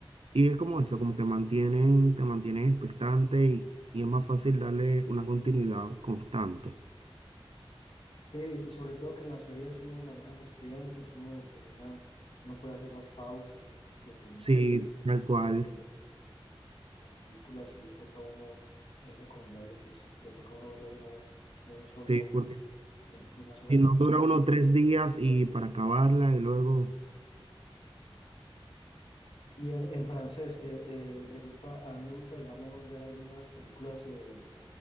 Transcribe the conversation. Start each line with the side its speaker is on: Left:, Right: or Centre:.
Right: Y es como eso, como que mantienen, te mantienen expectante y, y es más fácil darle una continuidad constante.
Left: Sí, y sobre todo que en las series uno maneja los tiempos, uno determina, uno puede hacer las pausas, uno determina
Right: Sí, tal cual.
Left: el ritmo. En Las películas, sí le toca a uno, es recomendable, pues le toca a uno verla de una vez, de un solo,
Right: Sí, porque
Left: sen- de una sola
Right: si
Left: sentada.
Right: no dura uno tres días y para acabarla y luego,
Left: Y en, en francés, que eh, le gusta, a mí me gusta, digamos, ver algunas películas. eh,